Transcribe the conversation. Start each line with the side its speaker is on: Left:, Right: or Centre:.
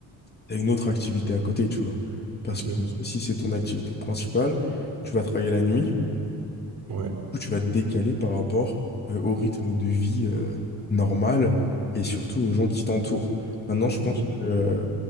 Left: tu as une autre activité à côté, tu vois. Parce
Right: Ok.
Left: que en soi, si c'est ton activité principale, tu vas travailler la nuit.
Right: Ouais.
Left: coup, tu vas te décaler par rapport euh, au rythme de vie euh, normal et surtout aux gens qui t'entourent. Maintenant, je
Right: Ok.
Left: pense que, euh,